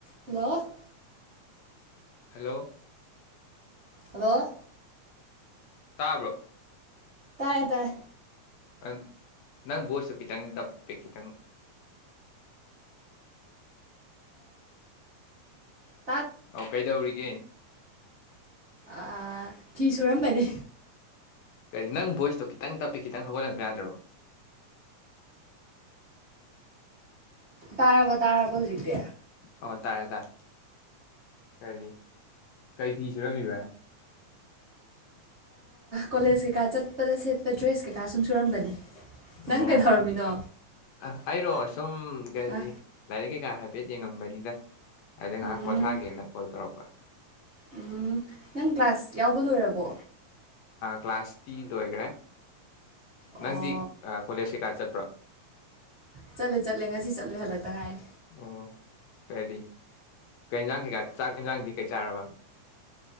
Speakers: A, on the right (about 55°); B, on the left (about 70°).
A: Hello
B: hello
A: hello
B: ꯇꯥꯕ꯭ꯔꯣ
A: ꯇꯥꯏꯔꯌꯦ ꯇꯥꯏꯦ
B: ꯑ ꯅꯪ ꯕꯣꯏꯁꯨ ꯈꯤꯇꯪ ꯇꯞꯄꯤꯦ ꯈꯤꯇꯪ
A: ꯑꯣ
B: ꯑ ꯀꯩꯗꯧꯔꯤꯒꯦ
A: ꯑ ꯐꯤ ꯁꯨꯔꯝꯕꯅꯤ
B: ꯀꯔꯤ ꯅꯪ ꯚꯣꯏꯁꯇꯣ ꯈꯤꯇꯪ ꯇꯞꯄꯤ ꯈꯤꯇꯪ ꯍꯧꯒꯠꯂꯝꯕ ꯌꯥꯗ꯭ꯔꯣ
A: ꯇꯥꯔꯕ ꯇꯥꯔꯕ ꯍꯧꯖꯤꯛꯇꯤ
B: ꯑꯣ ꯇꯥꯥꯏꯦ ꯇꯥꯏꯦ ꯀꯩꯅꯤ ꯀꯩ ꯐꯤꯤꯁꯔꯃꯤꯕ
A: ꯀꯣꯂꯦꯖ ꯀꯩꯀꯥ ꯆꯠꯄꯗ ꯁꯦꯠꯄ ꯗ꯭ꯔꯦꯁ ꯀꯩꯀꯥ ꯁꯨꯝ ꯁꯨꯔꯝꯕꯅꯤ
B: ꯑꯣ
A: ꯅꯪ ꯀꯩꯗꯧꯔꯝꯃꯤꯅꯣ
B: ꯑꯩꯔꯣ ꯁꯨꯝ ꯀꯗꯤ
A: ꯑ
B: ꯂꯥꯏꯔꯤꯛ ꯀꯩꯀꯥ ꯍꯥꯏꯐꯦꯠ ꯌꯦꯡꯉꯝꯕꯅꯤꯗ ꯑꯗ ꯉꯥꯏꯍꯥꯛ
A: ꯎꯝ
B: ꯄꯣꯊꯥꯒꯦꯅ ꯀꯣꯜ ꯇꯧꯔꯛꯄ
A: ꯎꯝ ꯅꯪ ꯀ꯭ꯂꯥꯁ ꯌꯥꯎꯕ ꯂꯣꯏꯔꯕꯣ
B: ꯀ꯭ꯂꯥꯁ ꯇꯤ ꯂꯣꯏꯈ꯭ꯔꯦ
A: ꯑꯣ
B: ꯅꯪꯗꯤ ꯀꯣꯂꯦꯖ ꯀꯩꯀꯥ ꯆꯠꯄ꯭ꯔꯣ
A: ꯆꯠꯂꯦ ꯆꯠꯂꯦ ꯉꯁꯤ ꯆꯠꯂꯦ ꯍꯜꯂꯛꯇ ꯉꯥꯏ
B: ꯑꯣ ꯀꯩꯗꯤ ꯀ ꯌꯦꯟꯁꯥꯡ ꯀꯩꯀꯥ ꯆꯥꯛ ꯌꯦꯟꯁꯥꯡꯗꯤ ꯀꯩ ꯆꯥꯔꯕ